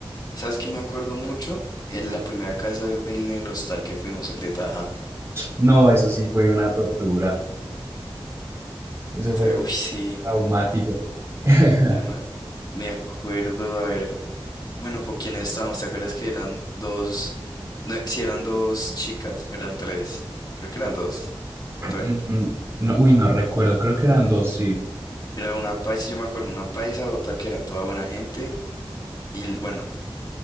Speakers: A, on the left; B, on the right.
A: ¿Sabes qué me acuerdo mucho? En
B: ¿Qué?
A: la primera casa del el hostal que fuimos, el de Taja.
B: No, eso sí fue una tortura.
A: O
B: Eso fue
A: sea, Uy, sí,
B: traumático. <laughs>
A: yo me, me acuerdo, a ver, bueno, ¿con quién estábamos? ¿Te acuerdas que eran dos, no, si eran dos chicas, eran tres, creo que eran dos, o tres.
B: Mm, no, uy, no recuerdo, creo que eran dos, sí.
A: Era una paisa, yo me acuerdo, una paisa, otra que era toda buena gente, y l- bueno,